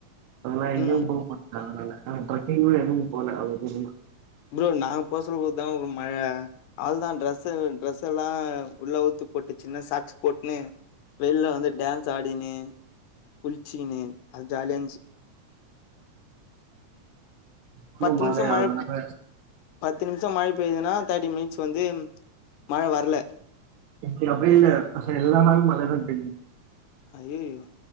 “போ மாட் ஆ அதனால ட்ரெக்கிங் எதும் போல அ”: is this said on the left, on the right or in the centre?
Right